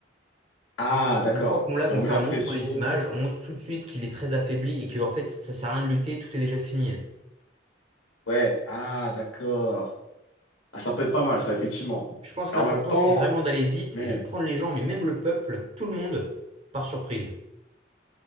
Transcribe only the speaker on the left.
Ah d'accord.
Et
on met
la
pression.
Ouais. Ah d'accord. Ah ça peut être pas mal ça effectivement.
Mais
en même temps,
mais